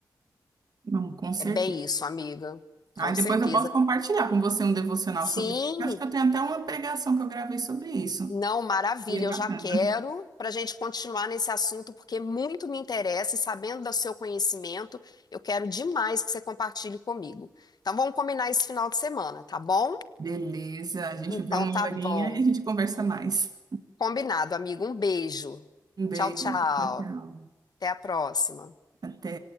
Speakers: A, on the right (about 65°); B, on the left (about 65°).
A: Não, com certeza.
B: É bem isso, amiga.
A: Aí
B: Com
A: depois
B: certeza.
A: eu posso compartilhar com você um devocional
B: Sim,
A: sobre isso. Acho que eu tenho até uma pregação que eu gravei sobre isso.
B: não, maravilha.
A: E é
B: Eu
A: bacana.
B: já quero para a gente continuar nesse assunto, porque muito me interessa e sabendo do seu conhecimento, eu quero demais que você compartilhe comigo. Então, vamos combinar esse final de semana, tá bom?
A: Beleza, a gente
B: Então,
A: vê uma
B: tá
A: horinha
B: bom.
A: e a gente conversa mais.
B: Combinado, amigo. Um beijo.
A: Um beijo.
B: Tchau, tchau.
A: Tchau, tchau.
B: Até a próxima.
A: Até.